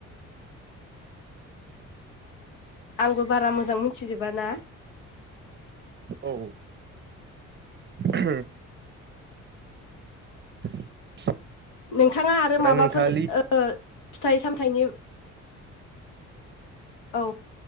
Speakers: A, on the left; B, on the right.
A: आंबो बारा मोजां मिथिजोबा ना
B: औ औ <inaudible>
A: नोंथाङा आरो माबाफोर
B: नोंथाङालि
A: ओ फिथाइ सामथायनि औ